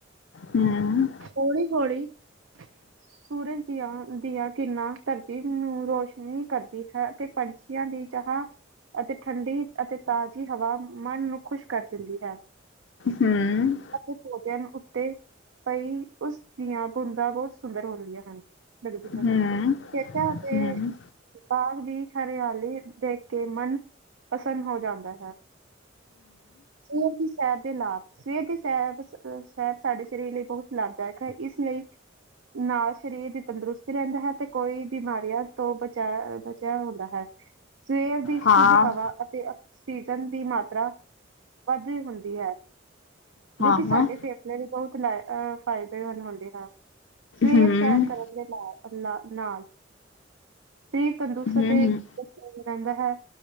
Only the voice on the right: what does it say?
ਹੌਲੀ- ਹੌਲੀ। ਸੂਰਜ ਦੀਆਂ ਦੀਆਂ ਕਿਰਨਾਂ, ਧਰਤੀ ਨੂੰ ਰੋਸ਼ਨੀ ਕਰਦੀ ਹੈ ਅਤੇ ਪੰਛੀਆਂ ਦੀ ਚਾਹ ਅਤੇ ਠੰਡੀ ਅਤੇ ਤਾਜ਼ੀ ਹਵਾ, ਮਨ ਨੂੰ ਖੁਸ਼ ਕਰ ਦਿੰਦੀ ਹੈ।
ਸੋਗਏ ਹਨ ਉੱਤੇ ਪਈ ਉਸ ਦੀਆਂ ਬੂੰਦਾਂ ਬਹੁਤ ਸੁੰਦਰ ਹੁੰਦੀਆਂ ਹਨ ਲੱਗਦੀਆਂ ਹਨ
ਖੇਤਾਂ। ਤੇ
ਬਾਗ ਦੀ ਹਰਿਆਲੀ ਦੇ ਕੇ ਮਨ। ਪ੍ਰਸੰਨ ਹੋ ਜਾਂਦਾ ਹੈ, ਸਵੇਰ ਦੀ ਸੈਰ ਦੇ ਲਾਭ ਸਵੇਰ ਦੀ। ਪੈਰ <unintelligible> ਸਾਡੇ ਸ਼ਰੀਰ ਲਈ ਬਹੁਤ ਲਾਭਦਾਇਕ ਹੈ ਇਸ ਲਈ ਨਾਲ ਸਰੀਰ ਦੀ ਤੰਦਰੁਸਤੀ ਰਹਿੰਦਾ ਹੈ, ਤੇ ਕੋਈ ਬਿਮਾਰੀਆਂ ਤੋਂ ਬਚਾ ਬਚਿਆ ਹੁੰਦਾ ਹੈ। ਸਵੇਰ ਦੀ
ਸ਼ੁੱਧ ਹਵਾ ਅਤੇ ਆਕਸੀਜਨ ਦੀ, ਮਾਤਰਾ ਵੱਧਦੀ ਹੁੰਦੀ ਹੈ। ਜੋ ਕਿ
ਸਾਡੇ ਫੇਸਲੇ ਲਈ ਬਹੁਤ ਲ ਫਾਇਦੇਮੰਦ ਹੁੰਦੇ ਹਨ ਸਵੇਰ
ਸੈਰ ਕਰਨ ਲ ਅ ਨਾਲ ਸ਼ਰੀਰ ਤੰਦਰੁਸਤ
ਤੇ <inaudible> ਰਹਿੰਦਾ ਹੈ।